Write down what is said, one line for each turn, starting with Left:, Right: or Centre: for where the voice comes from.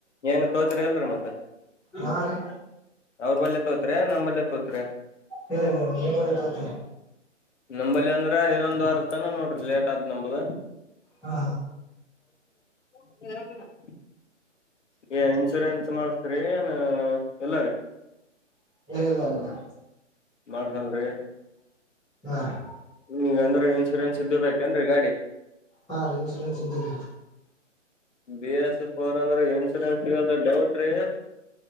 Left: ಹೆಂಗ ತೊಗೊತೀರಿ ಇಲ್ರಿ ಮತ್ತ
Centre: ಹಾ ರೀ
Left: ಅವ್ರ ಬಲ್ಯ ತೊಗೊತೀರಿ ಏನ್ ನಮ ಬಲ್ಯ ತೊಗೊತೀರಾ.
Centre: ಇಲ್ಲ ಇಲ್ಲ ನಿಮ್ಮ ಬಲ್ಯ ತೊಗೊತಿನಿ.
Left: ನಂಬಲ್ಲಿ ಅಂದ್ರ ಇನ್ನೊಂದ್ ವಾರತಾನ ನೋಡ್ರಿ ಲೇಟ್ ಆಗ್ತದ ನಮ್ದ.
Centre: ಹಾ
Left: <unintelligible> ಏ ಇನ್ಸೂರೆನ್ಸ್ ಮಾಡಸ್ತರಿ ಏನ್ ಇಲ್ಲರಿ?
Centre: ಇಲ್ಲ ಇಲ್ಲ ಹಾ
Left: ಮಾಡಸಲ್ರಿ.
Centre: ರೀ
Left: ಈ ಅಂದ್ರೆ ಇನ್ಶೂರೆನ್ಸ್ ಇದ್ದ ಬೇಕೇನ್ರಿ ಗಾಡಿ.
Centre: ಹಾ ರೀ ಇನ್ಸೂರೆನ್ಸ್ ಇದ್ದಿಲ್ಲರಿ.
Left: ಬಿ ಎಸ್ ಫೋರ್ ಅಂದ್ರ ಇನ್ಶೂರೆನ್ಸ್ ಇರೋದು ಡೌಟ್ ರೀ.